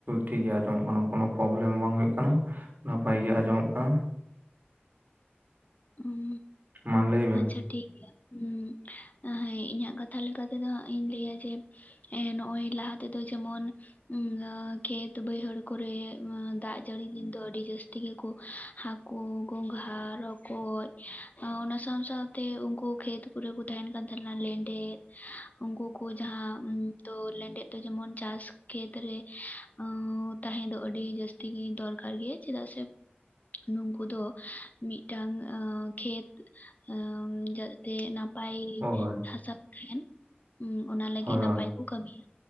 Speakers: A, on the right; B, on the left.
A: ᱴᱷᱤᱠ ᱜᱮ ᱟᱸᱡᱚᱢᱚᱜ ᱠᱟᱱᱟ, ᱠᱳᱱᱦᱳ ᱯᱨᱚᱵᱞᱮᱢ ᱵᱟᱝ ᱦᱩᱭᱩᱜ ᱠᱟᱱᱟ ᱾ ᱱᱟᱯᱟᱭᱜᱮ ᱟᱸᱡᱚᱢᱚᱜᱼᱟ ᱾
B: ᱩᱸᱻ
A: ᱢᱟ ᱞᱟᱹᱭ ᱵᱮᱱ
B: ᱟᱪᱷᱟ ᱴᱷᱤᱠ ᱜᱮᱭᱟ᱾ ᱩᱻ ᱚ ᱦᱚᱸᱭ ᱤᱧᱟᱜ ᱠᱟᱛᱷᱟ ᱞᱮᱠᱟ ᱛᱮᱫᱚ ᱦᱟᱸᱜ ᱤᱧ ᱞᱟᱹᱭᱟ ᱡᱮᱼᱼ ᱮᱸ ᱱᱚᱜ-ᱚᱭ ᱞᱟᱦᱟ ᱛᱮᱫᱚ ᱡᱮᱢᱚᱱᱼᱼ ᱩᱸᱻ ᱟᱻ ᱠᱷᱮᱛ ᱵᱟᱹᱭᱦᱟᱹᱲ ᱠᱚᱨᱮ ᱚᱸ ᱫᱟᱜ ᱡᱟᱹᱲᱤ ᱫᱤᱱ ᱫᱚ ᱟᱹᱰᱤ ᱡᱟᱹᱥᱛᱤ ᱜᱤ ᱠᱚ ᱦᱟᱠᱩᱼᱟ᱾ ᱠᱚ ᱜᱚᱝᱜᱷᱦᱟ ᱨᱚᱠᱚᱭ᱾ ᱠᱚᱡ ᱟᱸᱻ ᱚᱱᱟ ᱥᱟᱶ ᱥᱟᱶᱛᱮ ᱩᱱᱠᱩ ᱠᱷᱮᱛ ᱠᱚᱨᱮ ᱠᱚ ᱛᱟᱦᱮᱱ ᱠᱟᱱ ᱛᱟᱦᱮᱱᱟ ᱞᱮᱸᱰᱮᱛ᱾ ᱩᱱᱠᱩ ᱠᱚ ᱡᱟᱦᱟᱸ ᱩᱸ ᱛᱚ ᱞᱮᱸᱰᱮᱛ ᱫᱚ ᱡᱮᱢᱚᱱ ᱪᱟᱥ ᱠᱷᱮᱛ ᱨᱮᱼᱼ ᱚᱸᱶ ᱛᱟᱦᱮᱸ ᱫᱚ ᱟᱹᱰᱤ ᱡᱟᱹᱥᱛᱤ ᱜᱮ ᱫᱚᱨᱠᱟᱨ ᱜᱮᱭᱟ ᱪᱮᱫᱟᱜ ᱥᱮᱼᱼ ᱱᱩᱝᱠᱩ ᱫᱚ ᱢᱤᱫᱴᱟᱝ ᱚᱸᱻ ᱠᱷᱮᱛ ᱚᱸᱻ ᱡᱟᱼᱼ ᱡᱟᱛᱮ ᱱᱟᱯᱟᱭ
A: ᱦᱳᱭ
B: ᱦᱟᱥᱟ ᱠᱩ ᱛᱟᱦᱮᱱ ᱩᱸ ᱚᱱᱟ ᱞᱟᱹᱜᱤᱫ
A: ᱦᱳᱭ
B: ᱱᱟᱯᱟᱭ ᱠᱚ ᱠᱟᱹᱢᱤᱭᱟ᱾